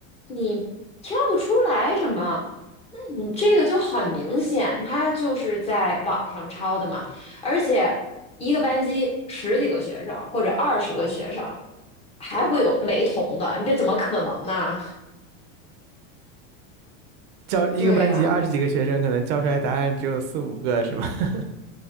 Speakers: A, on the left; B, on the right.
A: 你挑不出来什么。你这个就很明显，他就是在网上抄的嘛，而且一个班级十几个学生或者二十个学生，还会有雷同的，你这怎么可能呢？
B: 教一个班级二十几个学生，
A: 对呀，
B: 可能教出来答案只有四五个，是吗？<laughs>